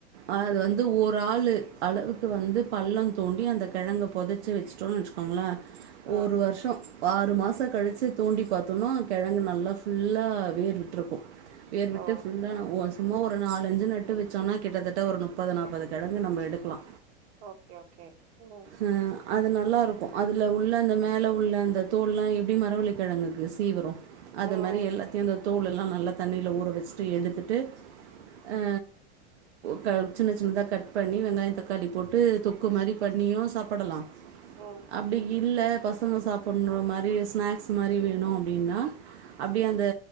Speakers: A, on the right (about 80°); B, on the right (about 55°).
A: அது வந்து ஒரு ஆளு அளவுக்கு வந்து பள்ளோ தோண்டி அந்த கெழங்க போதச்சு வச்சுட்டோனு வச்சுக்கோ ங்களா
B: ஆ.
A: ஒரு வருஷோ ஆறு மாசம் கழிச்சு தோண்டி பார்த்தோம்னா கிழங்கு நல்லா ஃபுல்லா வேர் விட்டுருக்கு வேர் விட்டு
B: ஓ!
A: ஃபுல்லா ஓ சும்மா ஒரு நாலஞ்சு நட்டு வச்சோனா கிட்டத்தட்ட ஒரு முப்பது நாப்பது கெழங்கு நம்ப எடுகலா
B: ஓகே ஓகே ம்
A: ஆ அது நல்லாருக்கு அதுல உள்ள அந்த மேல உள்ள அந்த தோள்லா எப்டி மரவள்ளி கெழங்குகு சீவுரோ
B: ம்,
A: அத மாரி எல்லாத்தயுந் அந்த தோளெல்லா நல்லா தண்ணீல ஊற வெசுட்டு எடுத்துட்டு அ க சின்ன சின்னதா கட் பண்ணி வெங்காயே தக்காளி போட்டு தொக்கு மாரி பண்ணியூ சாப்படலா
B: ஓ
A: அப்டி இல்ல பசங்க சாப்புடனு மாரி ஸ்நேக்ஸ் மாரி வேணு அப்டினா அப்டியே அந்த